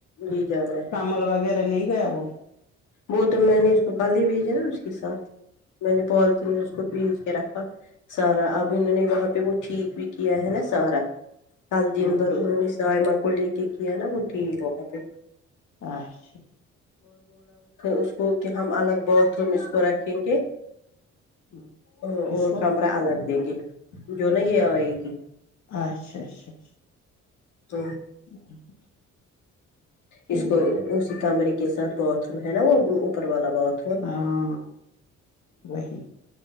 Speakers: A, on the left (about 80°); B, on the left (about 60°).
A: جی جانا ہے
B: کمل وغیرہ لے گیا وہ
A: وہ تو میں نے اس کو کال ہی بھیجا نا اس کے ساتھ میں نے پالیتن میں اس کو بیج کے رکھا سارا اب انوں نے وہاں پہ وہ ٹھیک بھی کیا ہے نا سارا سال دن
B: اچھا اچھا
A: بھر انہوں نے سائےماں کو لے کے کیا نا وہ ٹھیک وہاں پ
B: اچھا
A: اس کو رکھیں گے
B: ہوں۔
A: ا
B: کس
A: اور
B: کو
A: کمرہ الگ دیں گے جو نہا یہ آئے گی
B: اچھا اچھا اچھا
A: تو
B: <unintelligible> ٹھیک
A: اس کو اسی کمری کے ساتھ باتھ روم ہے نا وہ اوپر والا باتھ
B: ہاں وہی